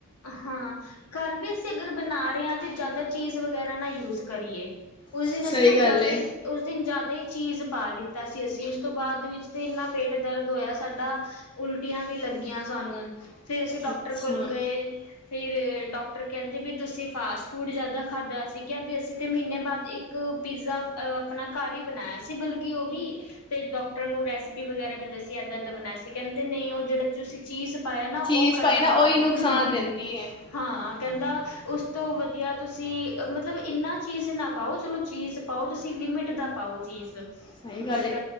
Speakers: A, on the left (about 85°); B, on the left (about 20°).
A: ਹਾਂ ਘਰ ਵੀ ਅਸੀਂ ਅਗਰ ਬਣਾ ਰਹੇ ਹਾਂ ਤੇ ਜ਼ਿਆਦਾ ਚੀਜ਼ ਵਗੈਰਾ ਨਾ ਯੂਜ ਕਰੀਏ। ਉਸ
B: ਸਹੀ
A: ਦਿਨ ਅਸੀਂ ਨਾ
B: ਗੱਲ
A: ਜ਼ਿਆਦਾ
B: ਏ।
A: ਹੀ ਉਸ ਦਿਨ ਜਾਦਾ ਜਾਦਾ ਹੀ ਚੀਜ਼ ਪਾ ਲਿੱਤਾ ਸੀ ਅਸੀਂ ਉਸ ਤੋਂ ਬਾਅਦ ਵਿੱਚ ਤਾਂ ਇੰਨਾ ਪੇਟ ਦਰਦ ਹੋਇਆ ਸਾਡਾ ਉਲਟੀਆਂ ਵੀ ਲੱਗੀਆਂ ਸਾਨੂੰ। ਫਿਰ ਅਸੀਂ ਡਾਕਟਰ
B: ਅੱਛਾ
A: ਕੋਲ ਗਏ, ਫਿਰ ਡਾਕਟਰ ਕਹਿੰਦੇ ਵੀ ਤੁਸੀਂ ਫਾਸ ਫੂਡ ਜ਼ਿਆਦਾ ਖਾਧਾ ਸੀ, ਕਿਆ ਵੀ ਅਸੀਂ ਤਾਂ ਮਹੀਨੇ ਬਾਅਦ ਇੱਕ ਪੀਜ਼ਾ ਅਹ ਆਪਣਾ ਘਰ ਹੀ ਬਣਾਇਆ ਸੀ ਬਲਕਿ ਉਹ ਵੀ ਤੇ ਡਾਕਟਰ ਨੂੰ ਰੈਸਪੀ ਵਗੈਰਾ ਵੀ ਦੱਸੀ ਏਦਾਂ ਏਦਾਂ ਬਣਾਇਆ ਸੀ ਕਹਿੰਦੇ ਨਹੀਂ ਉਹ ਜਿਹੜਾ ਤੁਸੀਂ ਚੀਜ਼ ਪਾਇਆ ਨਾ ਉਹ
B: ਚੀਜ਼
A: ਖਰਾਮ
B: ਪਾਈ ਨਾ ਉਹੀ ਨੁਕਸਾਨ
A: ਹੂੰ
B: ਦਿੰਦੀ ਹੈ
A: ਹਾਂ ਕਹਿੰਦਾ ਉਸ ਤੋਂ ਵਧੀਆ ਤੁਸੀਂ ਮਤਲਬ ਇੰਨਾ ਚੀਜ਼ ਨਾ ਪਾਓ ਚਲੋ ਚੀਜ਼ ਪਾਓ ਤੁਸੀਂ ਲਿਮਿਟ ਦਾ ਪਾਓ ਚੀਜ਼
B: ਸਹੀ ਗੱਲ
A: ਬਟ
B: ਏ